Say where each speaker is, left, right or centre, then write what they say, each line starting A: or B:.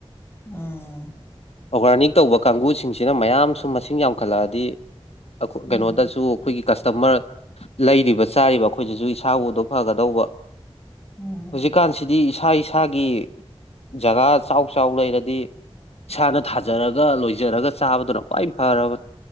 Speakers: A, on the left; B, on the left.
A: ꯎꯝ
B: ꯑꯣꯔꯒꯥꯅꯤꯛ ꯇꯧꯕ ꯀꯥꯡꯒꯕꯨꯁꯤꯡꯁꯤꯅ ꯃꯌꯥꯝꯁꯨ ꯃꯁꯤꯡ ꯌꯥꯝꯈꯠꯂꯛꯑꯗꯤ ꯈ
A: ꯎꯝ
B: ꯀꯩꯅꯣꯗꯁꯨ ꯑꯩꯈꯣꯏꯒꯤ ꯀꯁꯇꯃꯔ ꯂꯩꯔꯤꯕ ꯆꯥꯔꯤꯕ ꯑꯩꯈꯣꯏꯁꯤꯁꯨ ꯏꯁꯥꯕꯨꯗꯣ ꯐꯒꯗꯧꯕ
A: ꯎꯝ
B: ꯍꯧꯖꯤꯛꯀꯥꯟꯁꯤꯗꯤ ꯏꯁꯥ ꯏꯁꯥꯒꯤ ꯖꯒꯥ ꯆꯥꯎ ꯆꯥꯎ ꯂꯩꯔꯗꯤ ꯏꯁꯥꯅ ꯊꯥꯖꯔꯒ ꯂꯣꯏꯖꯔꯒ ꯆꯥꯕꯗꯨꯅ ꯈ꯭ꯋꯥꯏ ꯐꯔꯕꯅꯤ